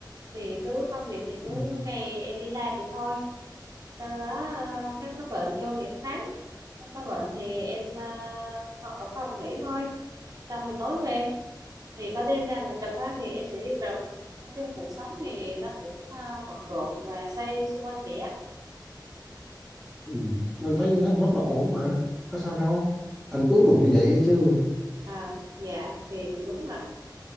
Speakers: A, on the right (about 50°); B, in the centre.
A: Thì cứ công việc thì
B: Ừ.
A: cứ ngày em đi làm vậy thôi sau đó ờ, khám có bệnh vô thì em khám có bệnh thì em ờ, pho- ở phòng nghỉ thôi xong thì tối về thì có đêm nào mà chụp á, thì em sẽ đi chụp. nói chung cuộc sống thì nó cũng ờ, bận rộn và xoay xung quanh vậy á
B: Ừ. Anh thấy như thế cũng rất là ổn mà. Có sao đâu. Anh ước được như vậy chứ.
A: à dạ thì cũng đúng rồi